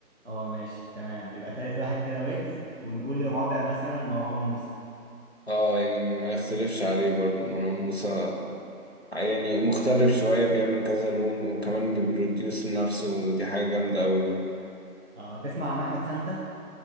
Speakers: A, on the right; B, on the left.
A: اه ماشي تمام يبقى تالت واحد كده ويجز ونقول الرابع مثلا مروان موسى
B: اه يعني ما يختلفش عليه برضو مروان موسى يعني مختلف شوية بيعمل كذا لون وكمان بيبروديوس نفسه ودي حاجة جامدة أوي برضو
A: اه تسمع عن احمد سانتا